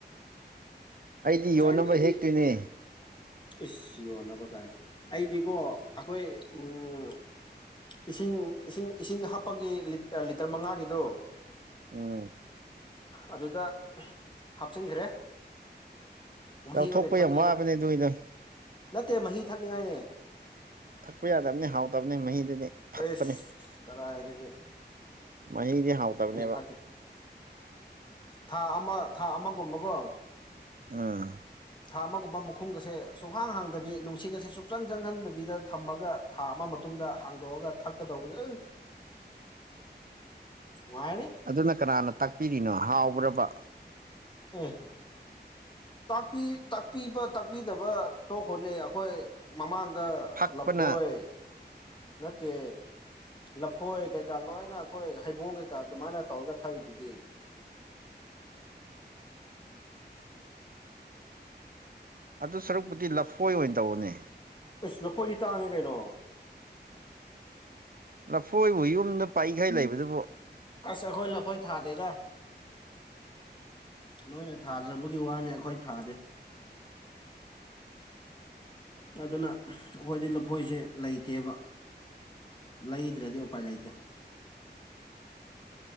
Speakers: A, on the right; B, on the left.
A: ꯑꯩꯗꯤ
B: ꯆꯔꯪ
A: ꯌꯣꯟꯅꯕ
B: ꯑꯅꯤ
A: ꯍꯦꯛꯇꯣꯏꯅꯦ
B: ꯏꯁ ꯌꯣꯟꯅꯕ ꯀꯥꯏ ꯑꯩꯗꯤꯀꯣ ꯑꯩꯈꯣꯏ ꯎꯝ ꯏꯁꯤꯡ ꯏꯁꯤꯡ ꯏꯁꯤꯡ ꯍꯥꯞꯄꯒꯤ ꯂꯤꯇꯔ ꯃꯉꯥꯒꯤꯗꯣ
A: ꯎꯝ
B: ꯑꯗꯨꯗ ꯍꯥꯞꯆꯤꯟꯈ꯭ꯔꯦ ꯃꯍꯤ
A: ꯂꯧꯊꯣꯛꯄ
B: ꯑꯣꯏꯅ ꯊꯛꯀꯦꯅ
A: ꯌꯥꯝ ꯋꯥꯕꯅꯦ ꯑꯗꯨꯏ ꯅꯪ
B: ꯅꯠꯇꯦ ꯃꯍꯤ ꯊꯛꯅꯤꯡꯉꯥꯏꯅꯦ
A: ꯊꯛꯄ ꯌꯥꯗꯕꯅꯤ ꯍꯥꯎꯇꯕꯅꯤ ꯃꯍꯤꯗꯨꯗꯤ ꯐꯛꯄꯅꯦ
B: ꯑꯩꯁ ꯀꯔꯥꯏꯗꯒꯤ
A: ꯃꯍꯤꯗꯤ ꯍꯥꯎꯇꯕꯅꯦꯕ
B: ꯊꯛꯀꯦ ꯊꯥ ꯑꯃ ꯊꯥ ꯑꯃꯒꯨꯝꯕꯒꯣ
A: ꯑꯥ
B: ꯊꯥ ꯑꯃꯒꯨꯝꯕ ꯃꯈꯨꯝꯒꯁꯦ ꯁꯨꯛꯍꯥꯡ ꯍꯥꯡꯗꯕꯤ ꯅꯨꯡꯁꯤꯠꯀꯁꯦ ꯁꯨꯡꯆꯪ ꯆꯪꯍꯟꯗꯕꯤꯗ ꯊꯝꯃꯒ ꯊꯥ ꯑꯃ ꯃꯇꯨꯡꯗ ꯍꯥꯡꯗꯣꯛꯑꯒ ꯊꯛꯀꯗꯧꯕ ꯅꯨꯡꯉꯥꯏꯔꯅꯤ
A: ꯑꯗꯨꯅ ꯀꯅꯥꯅ ꯇꯥꯛꯄꯤꯔꯤꯅꯣ ꯍꯥꯎꯕ꯭ꯔꯕ
B: ꯑꯦ ꯄꯤ ꯇꯥꯛꯄꯤꯕ ꯇꯥꯛꯄꯤꯗꯕ ꯇꯣꯛꯈꯣꯅꯦ ꯑꯩꯈꯣꯢ ꯃꯃꯥꯡꯗ
A: ꯐꯛꯄꯅ
B: ꯂꯐꯣꯏ ꯅꯠꯇꯦ ꯂꯐꯣꯏ ꯀꯩꯀꯥ ꯂꯣꯏꯅ ꯑꯩꯈꯣꯏ ꯍꯩꯕꯣꯡ ꯀꯩꯀꯥ ꯑꯗꯨꯃꯥꯏꯅ ꯇꯧꯔꯒ ꯊꯥꯛꯏꯗꯨꯗꯤ
A: ꯑꯗꯨꯣ ꯁꯔꯨꯛꯄꯨꯗꯤ ꯂꯐꯣꯏ ꯑꯣꯏꯅ ꯇꯧꯅꯦ
B: ꯑꯁ ꯂꯐꯣꯏꯗꯤ ꯇꯥꯡꯉꯦ ꯀꯩꯅꯣ
A: ꯂꯐꯣꯏꯕꯨ ꯌꯨꯝꯗ ꯄꯩꯈꯩ ꯂꯩꯕꯗꯨꯕꯨ
B: ꯑꯁ ꯑꯩꯈꯣꯏ ꯂꯐꯣꯏ ꯊꯥꯗꯦꯗ ꯅꯣꯏꯅ ꯊꯥꯖꯕꯒꯤ ꯋꯥꯅꯦ ꯑꯩꯈꯣꯏ ꯊꯥꯗꯦ ꯑꯗꯨꯅ ꯑꯩꯈꯣꯏꯗꯤ ꯂꯐꯣꯏꯁꯦ ꯂꯩꯇꯦꯕ ꯂꯩꯗ꯭ꯔꯗꯤ ꯎꯄꯥꯏ ꯂꯩꯇꯦ